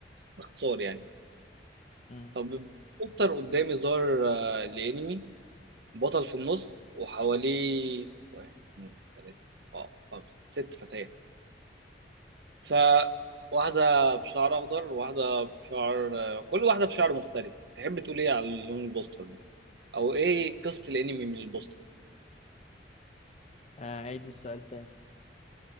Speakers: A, on the right; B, on the left.
A: باختصار يعني
B: امم
A: طب بوستر قدامي ظهر آه، الانمي بطل في النص وحواليه واحد اتنين تلاتة اه خمسة ست فتيات ف واحدة بشعر أخضر وواحدة بشعر آه، كل واحدة بشعر مختلف تحب تقول إيه على لون البوستر ده أو إيه قصة الأنمي من البوستر
B: آه عيد السؤال تاني